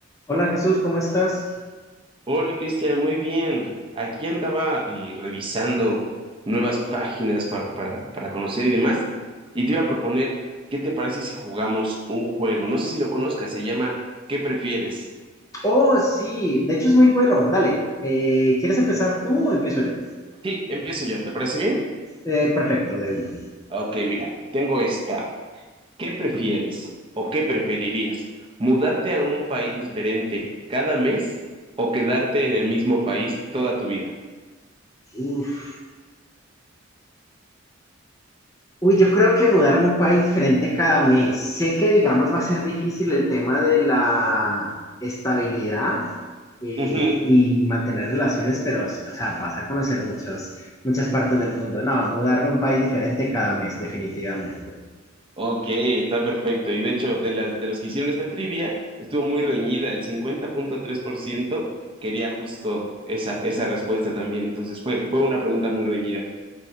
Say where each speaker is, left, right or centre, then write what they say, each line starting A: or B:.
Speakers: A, on the left; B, on the right.
A: Hola Jesús, ¿cómo estás?
B: Hola Cristian, muy bien. Aquí andaba y revisando nuevas páginas para, para, para conocer y demás. Y te iba a proponer, ¿qué te parece si jugamos un juego? No sé si lo conozcas, se llama ¿Qué prefieres?
A: Oh, sí, de hecho es muy bueno. Dale, eh, ¿quieres empezar tú o empiezo yo?
B: Sí, empiezo yo, ¿te parece bien?
A: Eh, perfecto, de una.
B: Ok, mira, tengo esta. ¿Qué prefieres o qué preferirías? ¿Mudarte a un país diferente cada mes o quedarte en el mismo país toda tu vida?
A: Uf. Uy, yo creo que mudarme a un país diferente cada mes. Sé que, digamos, va a ser difícil el tema de la estabilidad eh,
B: <laughs>
A: y mantener relaciones, pero, o sea, vas a conocer muchos, muchas partes del mundo. No, mudarme a un país diferente cada mes, definitivamente.
B: Ok, está perfecto. Y de hecho, de las, de los que hicieron esta trivia, estuvo muy reñida. El cincuenta punto tres por ciento quería justo esa, esa respuesta también. Entonces fue, fue una pregunta muy reñida.